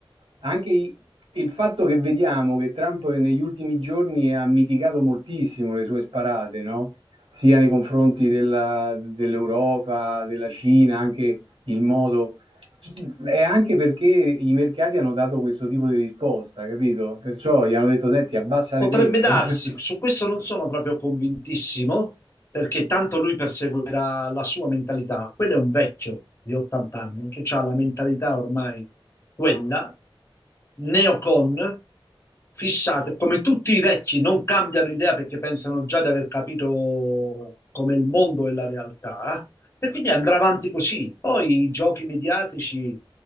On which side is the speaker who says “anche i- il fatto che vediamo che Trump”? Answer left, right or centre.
Right